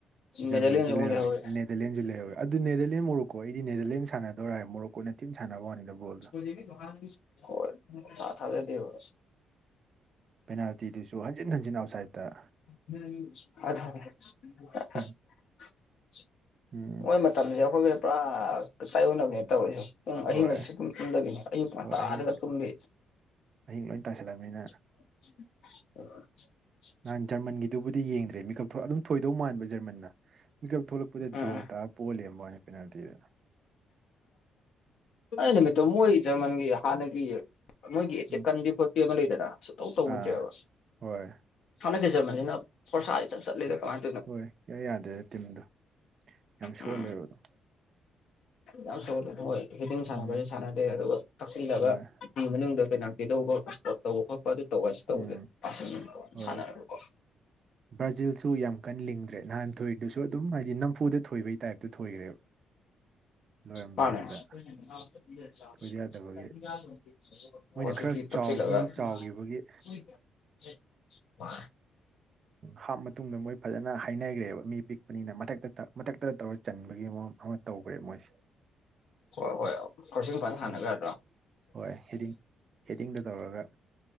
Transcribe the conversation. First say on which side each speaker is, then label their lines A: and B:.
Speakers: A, on the right; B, on the left.
A: ꯖꯔꯃꯟꯁꯨ
B: ꯅꯦꯗꯔꯂꯦꯟꯁꯨ ꯃꯩꯛ
A: ꯂꯩꯍꯧꯔꯤ
B: ꯂꯩꯍꯧꯋꯦ
A: ꯅꯦꯗꯔꯂꯦꯟꯁꯨ ꯂꯩꯍꯔꯦ ꯑꯗꯨ ꯅꯦꯗꯔꯂꯦꯟ ꯃꯣꯔꯣꯛꯀꯣ ꯑꯩꯗꯤ ꯅꯦꯗꯔꯂꯦꯟ ꯁꯥꯟꯅꯗꯧꯔꯦ ꯃꯣꯔꯣꯛ ꯀꯣꯅ ꯊꯤꯟ ꯁꯥꯟꯅꯕꯅꯤꯗ ꯕꯣꯜꯗꯣ
B: <unintelligible> ꯍꯣꯏ ꯁꯨꯡꯊꯥ ꯊꯖꯗꯦꯕ
A: ꯄꯦꯅꯥꯜꯇꯤꯗꯨꯁꯨ ꯍꯟꯖꯤꯟ ꯍꯟꯖꯤꯟ ꯑꯥꯎꯠꯁꯥꯏꯠꯇ
B: <unintelligible>
A: ꯎꯝ ꯎꯝ
B: ꯃꯣꯏ ꯃꯇꯝꯁꯦ ꯑꯩꯈꯣꯏꯒ ꯄꯨꯔꯥ ꯇꯥꯏꯌꯣꯟꯅꯕꯅꯦ ꯇꯧꯔꯤꯁꯨ ꯎꯝ ꯑꯍꯤꯡ
A: ꯍꯣꯏ
B: ꯒꯁꯦ ꯁꯨꯡꯇꯨꯝ ꯇꯨꯝꯗꯕꯤꯅꯦ ꯑꯌꯨꯛ ꯉꯟꯇꯥꯗꯒ
A: ꯍꯣꯏ ꯑꯍꯤꯡ
B: ꯇꯨꯝꯕꯤ
A: ꯑꯍꯤꯡ ꯂꯣꯏ ꯇꯁꯤꯜꯂꯕꯅꯤꯅ
B: <unintelligible>
A: ꯅꯍꯥꯟ ꯖꯔꯃꯟꯒꯤꯗꯨꯕꯨꯗꯤ ꯌꯦꯡꯗ꯭ꯔꯦ ꯃꯤꯀꯞ ꯑꯗꯨꯝ ꯊꯣꯏꯗꯧ ꯃꯥꯟꯕ ꯖꯔꯃꯟꯅ ꯄꯤꯛꯀꯞ ꯊꯣꯛꯂꯛꯄꯗ
B: ꯎꯝ
A: ꯗ꯭ꯔꯣ ꯇꯔꯥ ꯄꯣ ꯂꯩꯔꯕꯝꯕꯋꯅꯦ ꯄꯦꯅꯥꯜꯇꯤꯗꯨꯗ
B: ꯑꯩ ꯅꯨꯃꯤꯠꯇꯣ ꯃꯣꯏ ꯖꯔꯃꯟꯒꯤ ꯍꯥꯟꯅꯒꯤ ꯃꯣꯏꯒꯤ ꯆꯦꯛꯀꯟꯕꯤ
A: ꯎꯝ
B: ꯈꯣꯠꯄꯤ ꯑꯃ ꯂꯩꯗꯅ ꯁꯨꯇꯧ ꯇꯧꯗ꯭ꯔꯦꯕ
A: ꯑꯥ ꯍꯣꯏ
B: ꯍꯥꯟꯗꯛ ꯇꯥ ꯖꯔꯃꯟꯁꯤꯅ ꯐꯣꯔꯁꯥ ꯏꯆꯠ ꯆꯠꯂꯦꯗꯥ ꯀꯃꯥꯏ
A: ꯍꯣꯏ ꯏꯌꯥ ꯌꯥꯗꯦꯗ ꯇꯤꯝꯗꯣ ꯌꯥꯝ ꯁꯣꯜꯂꯦꯕ
B: ꯎꯝ ꯌꯥꯝ ꯁꯣꯜꯂꯦ ꯍꯣꯏ ꯍꯤꯇꯤꯡ ꯁꯥꯟꯅꯕꯁ
A: ꯎꯝ
B: ꯁꯥꯟꯅꯗꯦ ꯑꯗꯨꯒ ꯀꯛꯆꯤꯜꯂꯒ
A: ꯍꯣꯏ
B: ꯐꯤ ꯃꯅꯨꯡꯗ ꯄꯦꯅꯥꯜꯇꯤ ꯂꯧꯕ ꯏꯁꯄꯣꯔꯠ ꯇꯧꯕ ꯈꯣꯄ ꯑꯗꯨ ꯇꯧꯕꯁꯨ ꯇꯧꯕꯗꯦ
A: ꯎꯝ
B: ꯑꯨꯝ
A: ꯍꯣꯏ
B: ꯁꯥꯟꯅꯔꯒꯀꯣ
A: ꯕ꯭ꯔꯥꯖꯤꯜꯁꯨ ꯌꯥꯝ ꯀꯟꯅ ꯂꯤꯡꯗ꯭ꯔꯦ ꯅꯍꯥꯟ ꯊꯣꯏꯗꯨꯁꯨ ꯑꯗꯨꯝ ꯍꯥꯏꯗꯤ ꯅꯝꯐꯨꯗ ꯊꯣꯏꯕꯩ ꯇꯥꯏꯞꯇ ꯊꯣꯏꯈ꯭ꯔꯦꯕ ꯂꯣꯏꯔꯝꯗꯥꯏꯗꯨꯗ
B: ꯄꯅꯦ <unintelligible>
A: ꯊꯣꯏꯗ ꯌꯥꯗꯕꯒꯤ ꯃꯣꯏꯅ ꯈꯔ ꯆꯥꯎ ꯃꯤ ꯆꯥꯎꯈꯤꯕꯒꯤ ꯍꯥꯞ ꯃꯇꯨꯡꯗ ꯃꯣꯏ ꯐꯖꯅ ꯍꯥꯏꯅꯈ꯭ꯔꯦꯕ ꯃꯤ ꯄꯤꯛꯄꯅꯤꯅ ꯃꯊꯛꯇ ꯃꯊꯛꯇ ꯇꯧꯔ ꯆꯟꯕꯒꯤ ꯃꯑꯣꯡ ꯑꯃ ꯇꯧꯈ꯭ꯔꯦ ꯃꯣꯏꯁꯦ
B: ꯍꯣꯏ ꯍꯣꯏ ꯀꯆ ꯐꯅ ꯁꯥꯟꯅꯖꯔꯦ
A: ꯎꯝ ꯍꯣꯏ ꯍꯦꯗꯤꯡ ꯍꯦꯗꯤꯡꯗꯣ ꯇꯧꯔꯒ